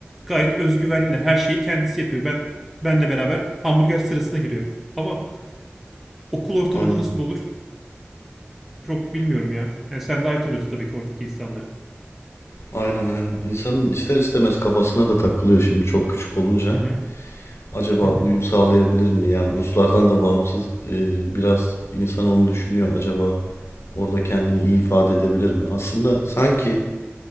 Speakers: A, in the centre; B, on the left.
A: Gayet özgüvenliler. Her şeyi kendisi yapıyor. Ben benle beraber hamburger sırasına giriyor. Ama okul ortamında
B: Aynen.
A: nasıl olur? Çok bilmiyorum ya. Yani sen daha iyi tanıyorsun tabii ki oradaki insanları.
B: Aynen aynen. İnsanın ister istemez kafasına da takılıyor şimdi çok küçük olunca.
A: Hı hı.
B: acaba
A: Hı hı.
B: uyum sağlayabilir mi diye. Yani Ruslardan da bağımsız e, biraz insan onu düşünüyor. Acaba orada kendini iyi ifade edebilir mi? Aslında sanki